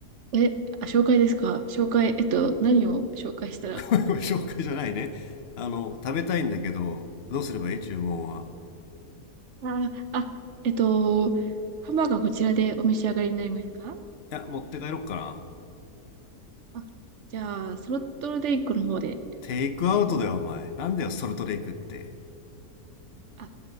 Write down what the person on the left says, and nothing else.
<laughs> これ紹介じゃないねあの食べたいんだけどどうすればいい注文は
いや持って帰ろっかな
テイクアウトだよお前なんだよソルトレイクって